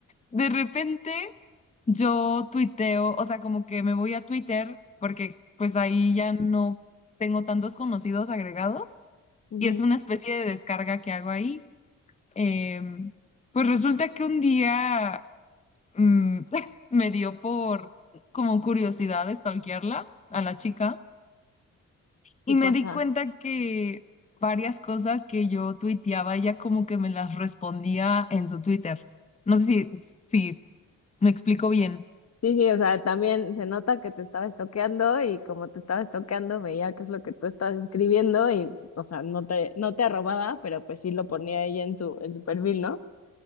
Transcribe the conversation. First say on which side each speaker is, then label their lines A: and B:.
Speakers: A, on the left; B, on the left.
A: de repente yo tuiteo, o sea, como que me voy a Twitter porque pues ahí ya no tengo tantos conocidos agregados
B: Ujú,
A: y es una especie de descarga que hago ahí. Em, pues resulta que un día mm, <laughs> me dio por como curiosidad stalkearla a la chica.
B: Sí
A: Y
B: pasa.
A: me di cuenta que varias cosas que yo tuiteaba, ella como que me las respondía en su Twitter. No sé si, si me explico bien.
B: Sí, sí, o sea, también se nota que te estaba estoqueando y como te estaba estoqueando veía qué es lo que tú estabas escribiendo y, o sea, no te, no te arrobaba, pero pues sí lo ponía ella en su, en su perfil, ¿no?